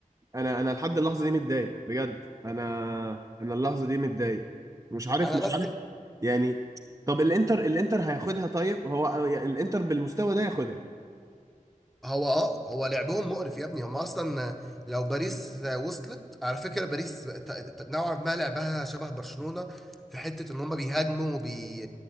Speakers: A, on the right (about 20°); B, in the centre.
A: انا انا لحد اللحظه دي متضايق بجد انا انا اللحظه دي متضايق مش عارف
B: انا
A: مش
B: بس
A: عارف يعني طب الانتر الانتر هياخدها طيب هو يعني الانتر بالمستوى ده ياخدها
B: هو اه هو لعبهم مقرف يا ابني هم اصلا لو باريس وصلت على فكره باريس ت- ت- نوعا ما لعبها شبه برشلونه في حته ان هم بيهاجموا وبي